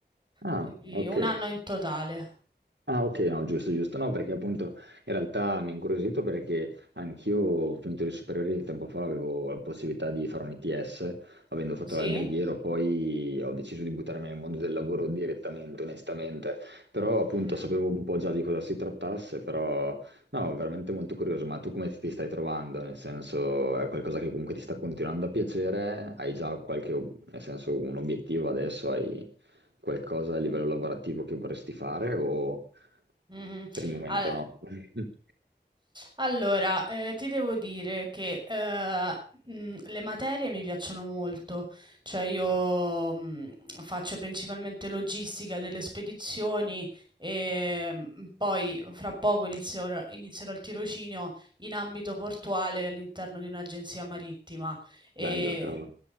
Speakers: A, on the right; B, on the right.
A: Ah,
B: quindi
A: ok.
B: un anno in totale.
A: Ah, ok, no, giusto, giusto. No, perché appunto in realtà mi ha incuriosito perché anch'io, ho finito le superiori tempo fa, avevo la possibilità di fare un ITS, avendo fatto
B: Sì?
A: l'alberghiero, poi ho deciso di buttarmi nel mondo del lavoro direttamente, onestamente. Però appunto
B: Mhm.
A: sapevo un po' già di cosa si trattasse, però no, veramente molto curioso. Ma tu come ti stai trovando? Nel senso, è qualcosa che comunque ti sta continuando a piacere? Hai già qualche, ob- nel senso, un obiettivo adesso? Hai qualcosa a livello lavorativo che vorresti fare o...
B: Mhm.
A: Per il momento
B: Al-
A: no. <laughs>
B: Allora, ehm, ti devo dire che, ehm, mhmm, le materie mi piacciono molto, cioè io, mhmm, faccio principalmente logistica delle spedizioni, ehm, poi fra poco inizierò inizierò il tirocinio in ambito portuale all'interno di un'agenzia marittima, e
A: Bello, cavolo.